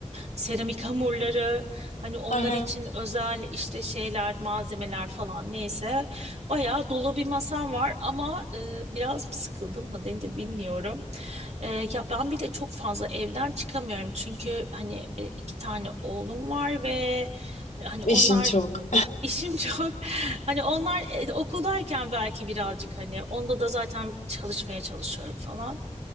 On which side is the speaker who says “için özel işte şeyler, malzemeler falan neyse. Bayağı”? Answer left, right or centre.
Right